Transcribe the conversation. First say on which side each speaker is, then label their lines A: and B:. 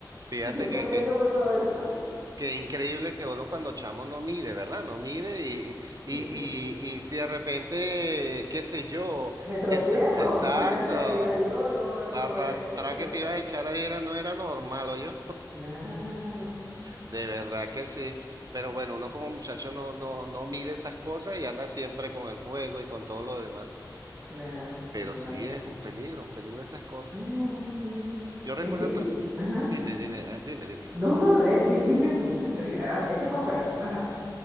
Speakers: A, on the right; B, on the right.
A: Fíjate
B: Y yo corriendo
A: que, que,
B: por todo eso. ah,
A: que increíble que uno cuando chamo no mire, ¿verdad? No mire y,
B: Sí.
A: y, y, y si de repente, qué sé yo,
B: Me tropiezo,
A: es- exacto,
B: imagínate, ahí, ahí rodeo, rodeé,
A: la arrastrada
B: pero feo.
A: que te iba a echar ahí era, no era normal, yo
B: Claro,
A: De verdad que sí. Pero bueno, uno como muchacho no, no, no mide esas cosas y anda siempre con el juego y con todo lo demás.
B: claro, sí,
A: Pero
B: vale.
A: sí es un peligro, un peligro esas cosas.
B: Claro, sí.
A: Yo recuerdo
B: Este, y,
A: también,
B: ajá.
A: dime, dime, ah, dime, dime.
B: No, no, eh, di- dime tú, muchacho, di- ah, echa para afuera. Ajá,